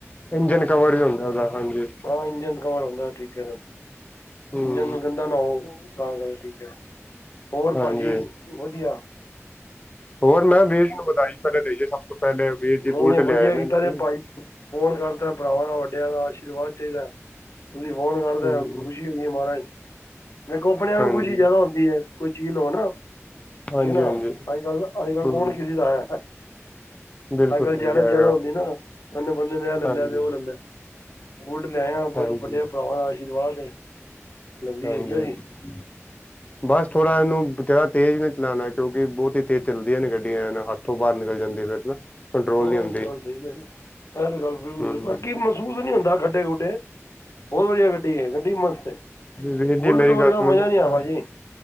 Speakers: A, on the left (about 30°); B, on the left (about 65°).
A: ਇੰਜਨ ਕਵਰ ਵੀ ਹੁੰਦਾ ਉਹਦਾ ਹਾਂਜੀ।
B: ਹਾਂ ਇੰਜਨ ਕਵਰ ਹੁੰਦਾ ਠੀਕ ਹੈ
A: ਹਮ
B: ਇੰਜਨ। ਨਾ ਹੋਵੇ ਤਾਂ ਕਰ ਠੀਕ ਹੈ ਹੋਰ
A: ਹਾਂਜੀ
B: ਭਾਜੀ ਵਧੀਆ।
A: ਹੋਰ ਮੈਂ ਵੀਰ ਨੂੰ ਵਧਾਈ ਪਹਿਲੇ ਦੇਈਏ ਸਭ ਤੋਂ ਪਹਿਲੇ ਵੀਰ ਜੀ
B: ਨਹੀਂ
A: ਬੁਲਟ
B: ਨਹੀਂ
A: ਲਿਆਏ
B: ਵਧੀਆ
A: ਇਹ ਨੇ
B: ਕੀਤਾ ਜੇ
A: ਵੀ।
B: ਭਾਈ ਫੋਨ ਕਰਦਾ ਭਰਾਵਾਂ ਦਾ ਵੱਡਿਆਂ ਦਾ ਆਸ਼ੀਰਵਾਦ ਚਾਹੀਦਾ। ਤੁਸੀਂ ਫੋਨ ਕਰਦੇ
A: ਹਮ
B: ਖੁਸ਼ੀ ਹੋਈ ਹੈ ਮਹਾਰਾਜ ਦੇੇਖੋ ਆਪਣਿਆਂ
A: ਹਾਂਜੀ
B: ਨੂੰ ਖੁਸ਼ੀ ਜਿਆਦਾ ਹੁੰਦੀ ਹੈ। ਕੋਈ ਚੀਜ਼ ਲਓ ਨਾ ਠੀਕ
A: ਹਾਂਜੀ
B: ਹੈ ਨਾ
A: ਹਾਂਜੀ
B: ਅੱਜ ਕੱਲ
A: ਹਮ
B: ਕੌਣ ਕਿਸੀ ਦਾ ਹੈ?
A: ਬਿਲਕੁਲ
B: ਅੱਜ ਕੱਲ੍ਹ
A: ਸਹੀ
B: ਜੈਲਸ
A: ਕਹਿ
B: ਜ਼ਿਆਦਾ
A: ਰਹੇ ਹੋ
B: ਹੁੰਦੀ ਨਾ ਉਹਨੇ ਬੰਦੇ ਨੇ ਇਹ ਲੈ
A: ਹਾਂਜੀ
B: ਲਿਆ ਤੇ ਉਹ ਲੈ ਲਿਆ। ਬੁਲਟ ਲੈ ਆ ਵੱਡੇ
A: ਹਾਂਜੀ
B: ਭਰਾਵਾਂ ਦਾ ਆਸ਼ੀਰਵਾਦ ਹੈ। ਲੱਲੀ
A: ਹਾਂਜੀ।
B: ਹੈ ਕਿਉਂ ਜੀ
A: ਬਸ ਥੋੜ੍ਹਾ ਇਹਨੂੰ ਜ਼ਿਆਦਾ ਤੇਜ਼ ਨਹੀ ਚਲਾਉਣਾ ਕਿਉਂਕਿ ਬਹੁਤ ਹੀ ਤੇਜ਼ ਚੱਲਦੀਆਂ ਨੇ ਗੱਡੀਆਂ ਇਹਨਾਂ ਹੱਥ। ਤੋਂ ਬਾਹਰ ਨਿਕਲ ਜਾਂਦੇ ਫਿਰ ਨਾ। ਕੰਟਰੋਲ
B: ਹਾਂ
A: ਨਹੀਂ ਹੁੰਦੀ
B: ਇਹ ਤੇ ਗੱਲ ਸਹੀ ਇਹ ਤੇ ਗੱਲ ਬਿਲਕੁਲ
A: ਹੂੰ
B: ਸਹੀ ਮਹਿਸੂਸ ਨੀ ਹੁੰਦਾ ਖੱਡੇ ਖੁੱਡੇ। ਬਹੁਤ ਵਧੀਆ ਗੱਡੀ ਹੈ ਗੱਡੀ ਮਸਤ ਹੈ
A: ਵੀਰ ਜੀ
B: ਬੁਲਟ
A: ਮੇਰੀ
B: ਵਰਗਾ
A: ਗੱਲ ਸੁਣੋ
B: ਮਜਾ
A: ਨਾ
B: ਨੀ ਆ ਭਾਜੀ।
A: ਅਹ